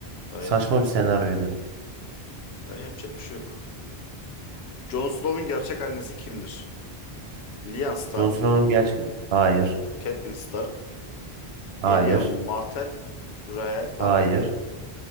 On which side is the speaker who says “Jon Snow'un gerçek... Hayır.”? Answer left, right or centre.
Right